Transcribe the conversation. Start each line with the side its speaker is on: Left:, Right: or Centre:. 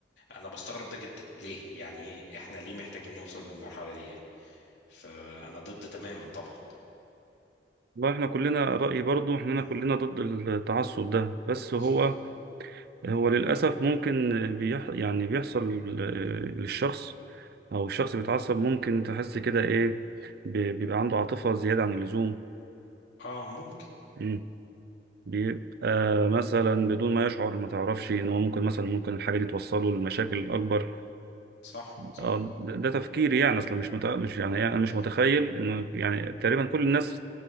Left: انا بستغرب ده جدا ليه يعني احنا ليه محتاجين نوصل للمرحله دي يعني فانا ضد تماما طبعا
Right: والله احنا كلنا رأيي برضو احنا
Left: مم.
Right: كلنا ضد التعصب ده بس
Left: بالظبط
Right: هو هو للأسف ممكن بيح يعني بيحصل ل- للشخص أو الشخص بيتعصب ممكن تحس كده إيه بي- بيبقى عنده عاطفة زيادة عن اللزوم
Left: اه ممكن
Right: مم. بيبقى مثلا بدون ما يشعر ما تعرفش إن هو ممكن مثلا ممكن الحاجة دي توصله لمشاكل أكبر
Left: صح صح
Right: آه، ده ده تفكيري يعني أصلا مش متع... مش يعني يعني أنا مش
Left: صح
Right: متخيل إنه يعني تقريبا كل الناس